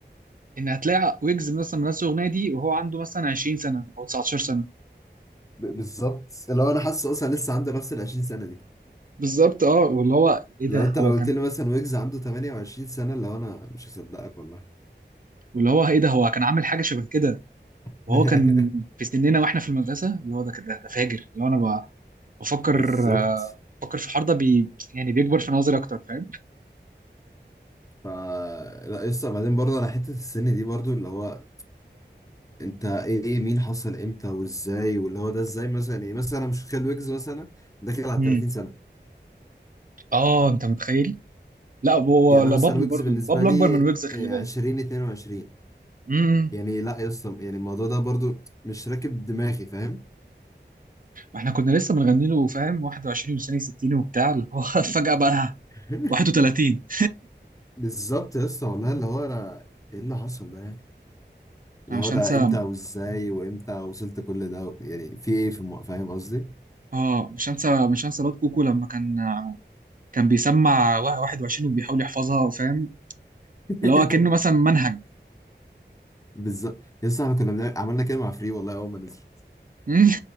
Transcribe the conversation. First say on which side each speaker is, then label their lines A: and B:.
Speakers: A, on the right; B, on the left.
A: ان هتلاقي ويجز مثلا منزل الاغنيه دي وهو عنده مثلا 20 سنه او 19 سنه
B: ب- بالظبط اللي هو انا حاسه اصلا لسه عنده نفس ال 20 سنة دي
A: بالظبط اه واللي هو ايه
B: لو
A: ده
B: انت
A: هو
B: لو قلت
A: كان
B: لي مثلا ويجز عنده 28 سنة اللي هو انا مش هصدقك والله
A: واللي هو ايه ده هو كان عامل حاجه شبه كده وهو
B: <laughs>
A: كان في سننا واحنا في المدرسه اللي هو ده كده ده فاجر اللي هو انا ب- بفكر
B: بالظبط
A: آه، بفكر في الحوار ده بي يعني بيكبر في نظري اكتر فاهم
B: ف لا لسه بعدين برضه انا حتة السن دي برضه اللي هو انت ايه ايه مين حصل امتى وازاي واللي هو ده ازاي مثلا ايه مثلا انا مش متخيل ويجز مثلا داخل على
A: امم
B: 30 سنة
A: اه انت متخيل لا هو
B: يعني
A: لا
B: انا مثلا
A: بابلو
B: ويجز
A: برضو
B: بالنسبة
A: بابلو
B: لي
A: اكبر من ويجز خلي
B: آه،
A: بالك
B: عشرين اتنين وعشرين
A: امم
B: يعني لا يا اسطى يعني الموضوع ده برضو مش راكب دماغي فاهم
A: احنا كنا لسه بنغني له فاهم 21 وسنه 60 وبتاع اللي هو <laughs> فجاه بقى
B: <laughs>
A: 31
B: بالظبط يا اسطى والله اللي هو انا ايه اللي حصل ده يعني اللي
A: انا مش
B: هو ده
A: هنسى
B: امتى وازاي وامتى وصلت كل ده يعني في ايه في الم- فاهم قصدي
A: اه مش هنسى مش هنسى الواد كوكو لما كان كان بيسمع وا- 21 وبيحاول يحفظها فاهم
B: <laughs>
A: اللي هو كأنه مثلا منهج <laughs>
B: بالظبط يا اسطى احنا كنا بنعمل- عملنا كده مع فري والله اول ما نزلت
A: مم.